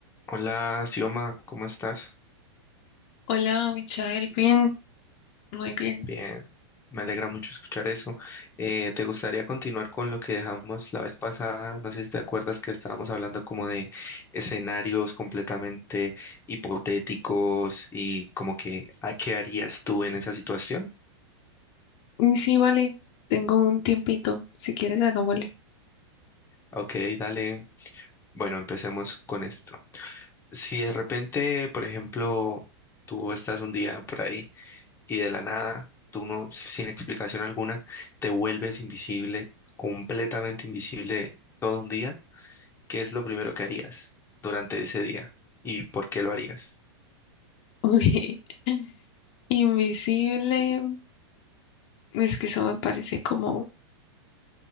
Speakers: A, on the left (about 15°); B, on the left (about 45°).
A: Hola, Sioma, ¿cómo estás?
B: Hola, Michael, bien, muy bien.
A: Bien, me alegra mucho escuchar eso. Eh, ¿te gustaría continuar con lo que dejamos la vez pasada? No sé si te acuerdas que estábamos hablando como de escenarios completamente hipotéticos y como que ¿a qué harías tú en esa situación?
B: Y Sí, vale, tengo un tiempito, si quieres hagámosle.
A: Ok, dale. Bueno, empecemos con esto. Si de repente, por ejemplo, tú estás un día por ahí. y de la nada, tú no, sin explicación alguna, te vuelves invisible, completamente invisible todo un día, ¿qué es lo primero que harías durante ese día? ¿Y por qué lo harías?
B: Uy, <laughs> invisible, es que eso me parece como,